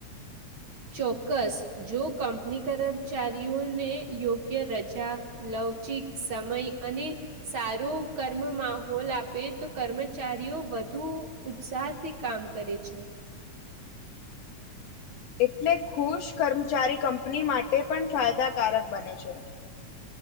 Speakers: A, on the right (about 50°); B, on the left (about 70°).
A: ચોક્કસ જો કંપની કરમ ચારી્યોને યોગ્ય રજા લવચિક સમય અને સારો કર્મ માહોલ આપે તો કર્મચારીઓ વધુ ઉત્સાહ થી કામ કરે છે
B: એટલે ખુશ કર્મચારી કંપની માટે પણ ફાયદાકારક બને છે